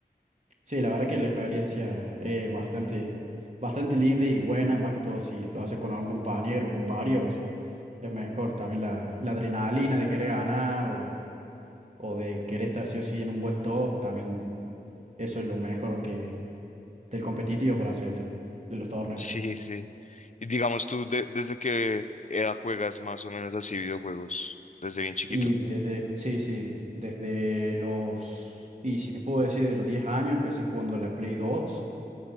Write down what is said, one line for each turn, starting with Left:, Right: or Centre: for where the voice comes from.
Right: Sí, la verdad que la experiencia es bastante, bastante linda y buena, más que todo si lo haces con algún compañero, con varios, es mejor. También la, la adrenalina de querer ganar o, o de querer estar sí o sí en un buen top, también Eso es lo mejor que del competitivo, por así decirlo, de los torneos.
Left: Sí, sí. Y digamos tú, de- ¿desde qué edad juegas más o menos así videojuegos? ¿Desde bien chiquito?
Right: Y desde, sí, sí, desde los, y si te puedo decir, de los 10 años empecé jugando a la Play dos